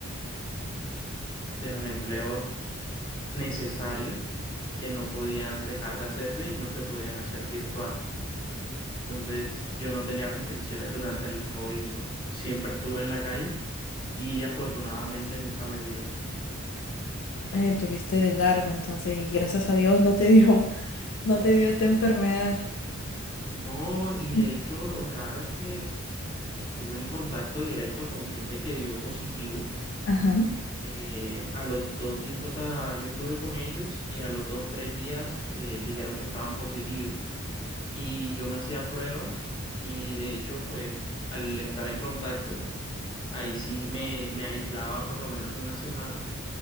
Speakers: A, on the left; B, on the left.
A: de los empleos necesarios que no podían dejar de hacerse y no se podían hacer virtual. Entonces, yo no tenía restricciones durante el COVID, yo siempre estuve en la calle y afortunadamente nunca me dio.
B: Eh, tuviste de largo, entonces, y gracias a Dios no te <laughs> dio, no te dio esta enfermedad.
A: No, y
B: Ujú.
A: de hecho lo raro es que estuve en contacto directo con gente que dio positivo.
B: Ajá.
A: eh, a los dos días, o sea, yo estuve con ellos y a los dos, tres días eh, dijeron que estaban positivos. y yo me hacía pruebas y de hecho, pues al estar en contacto, ahí sí me, me aislaba por lo menos una semana